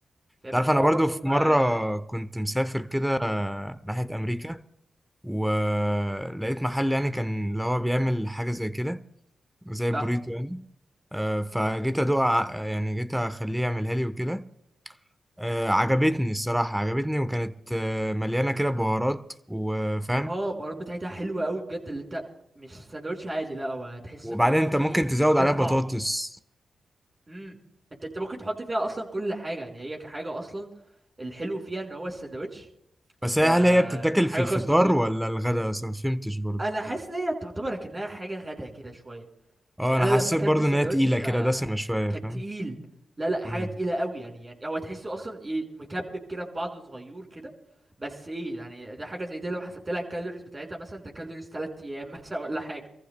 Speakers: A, on the right (about 30°); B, in the centre.
A: فاهم
B: تعرف
A: عشان
B: انا
A: هو
B: برضو
A: برضو
B: في
A: ما
B: مرة كنت مسافر كده ناحية
A: مم.
B: امريكا ولقيت محل يعني كان اللي هو بيعمل حاجة زي كده زي بريتو
A: اه
B: يعني آه، فجيت ادوق ع- يعني جيت اخليه يعملها لي وكده آه، عجبتني الصراحة عجبتني وكانت آه، مليانة كده بهارات وفاهم
A: اه البهارات بتاعتها حلوه قوي بجد اللي انت مش ساندوتش عادي لا هو تحس
B: وبعدين
A: ان هو
B: انت
A: في
B: ممكن
A: تديك
B: تزود
A: كذا
B: عليها بطاطس
A: طعم امم انت انت ممكن تحط فيها اصلا كل حاجه يعني هي كحاجه اصلا الحلو فيها ان هو الساندوتش
B: بس
A: انت
B: هي- هل هي بتتاكل
A: حاجه
B: في الفطار
A: كاستم ليك
B: ولا الغداء بس ما فهمتش برضو
A: انا حاسس ان هي تعتبر كأنها حاجه غدا كده شويه
B: اه
A: يعني
B: انا
A: انا
B: حسيت
A: لما اكلت
B: برضو
A: الساندوتش
B: ان هي تقيله كده
A: آه،
B: دسمه شويه
A: كان
B: فاهم
A: تقيل لا لا
B: امم
A: حاجه تقيله قوي يعني يعني هو تحسه اصلا ايه مكبب كده في بعضه صغير كده بس ايه يعني ده حاجه زي دي لو حسبت لها الكالوريز بتاعتها مثلا ده كالوريز 3 ايام <laughs> مثلا ولا حاجه